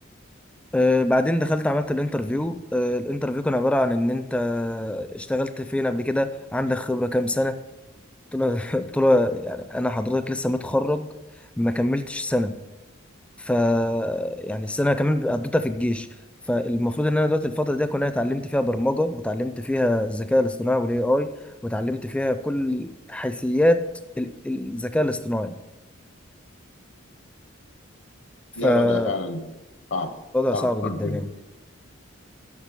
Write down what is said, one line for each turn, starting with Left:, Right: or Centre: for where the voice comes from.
Centre: أه بعدين دخلت عملت الانترفيو أه الانترفيو كان عباره عن ان انت اشتغلت فين قبل كده عندك خبره كام سنه قلت له <laughs> قلت له يعني انا حضرتك لسه متخرج ما كملتش سنه ف يعني السنه كمان قضيتها في الجيش فالمفروض ان انا دلوقتي الفتره دي اكون انا اتعلمت فيها برمجه وتعلمت فيها الذكاء الاصطناعي والاي اي وتعلمت فيها كل حيثيات ال- الذكاء الاصطناعي فالوضع
Left: لا الوضع فعلا صعب صعب
Centre: صعب جدا
Left: صعب يعني.
Centre: يعني